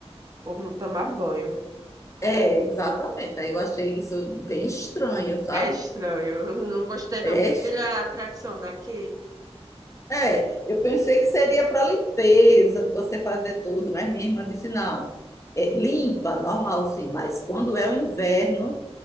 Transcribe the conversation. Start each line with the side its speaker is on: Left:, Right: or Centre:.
Right: povo não tomar banho.
Left: É, exatamente. Aí eu achei isso bem estranho, sabe?
Right: É estranho. Eu Não gostei,
Left: É
Right: não. Eu Prefiro
Left: estranho.
Right: a tradição daqui.
Left: É, eu pensei que seria para limpeza, de você fazer tudo, mas minha irmã disse não. É, limpa, normal sim, mas quando é o inverno,